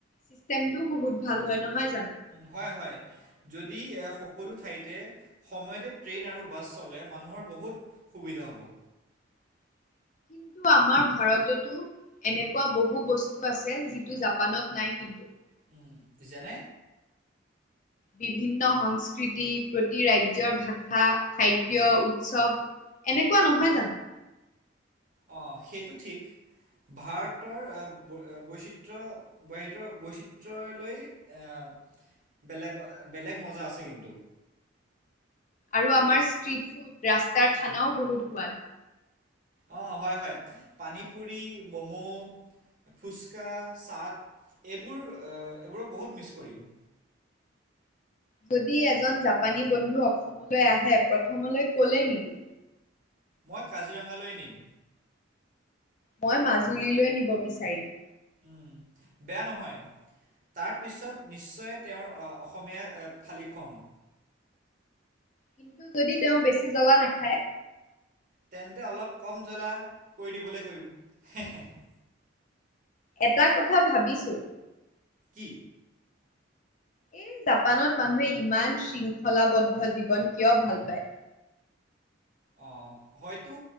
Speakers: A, on the left; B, on the right.
A: চিষ্টেম টোও বহুত ভাল হয় নহয়। জানো
B: উ হয় হয়। যদি এ সকলো ঠাইতে সময়তে ট্ৰেইন আৰু বাছ চলে মানুহৰ বহুত। সুবিধা হ'ব।
A: <inaudible> কিন্তু আমাৰ ভাৰততো এনেকুৱা বহু বস্তু আছে যিটো জাপানত নাই কিন্তু।
B: উম যেনে
A: বিভিন্ন সংস্কৃতি প্ৰতি ৰাজ্যৰ ভাষা খাদ্য উৎসৱ। এনেকুৱা নহয় জানো
B: অ সেইটো ঠিক ভাৰতৰ বৈচিত্ৰ বৰ বৈচিত্ৰলৈ আহ বেলেগ বেলেগ মজা আছে কিন্তু
A: আৰু আমাৰ ষ্ট্ৰিট ফুড ৰাস্তাৰ খানাও বহুত সোৱাদ
B: অ'হয় হয় পানী পুৰি ম'ম' ফুচকা চাট এইবোৰ এইবোৰক বহুত মিচ কৰিম
A: যদি এজন জাপানী বন্ধু অসমলৈ আহে প্ৰথমলৈ কলে নিবি
B: মই কাজিৰঙালৈ নিম
A: মই মাজুলীলৈ নিব বিচাৰিম
B: উম বেয়া নহয়। তাৰ পিছত নিশ্চয় তেওঁৰ অসমীয় থালি খুৱাম।
A: কিন্তু যদি তেওঁ বেছি জ্বলা নাখায়
B: তেন্তে অলপ কম জ্বলা কৰি দিবলৈ কৰিম।
A: এটা কথা ভাবিছোঁ
B: কি?
A: এই জাপানত মানুহে ইমান শৃংখলাবদ্ধ জীৱন কিয় ভাল পায়।
B: অ হয়তো